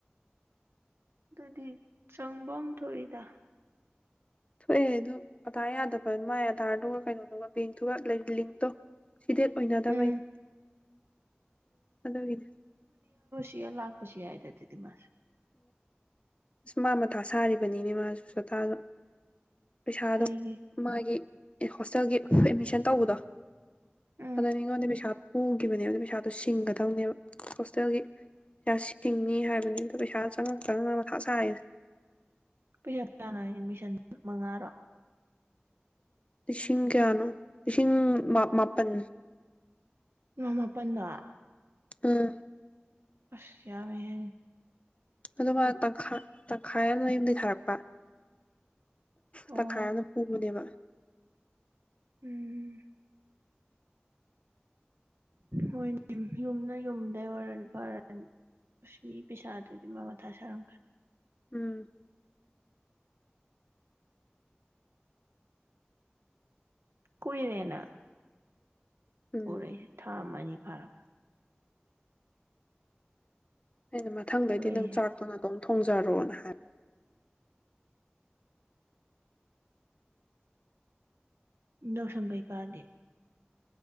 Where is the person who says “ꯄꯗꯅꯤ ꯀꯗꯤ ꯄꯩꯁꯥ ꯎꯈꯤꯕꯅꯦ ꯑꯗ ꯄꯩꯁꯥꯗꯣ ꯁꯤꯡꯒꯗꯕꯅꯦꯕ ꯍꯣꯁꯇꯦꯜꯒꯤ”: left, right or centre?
Left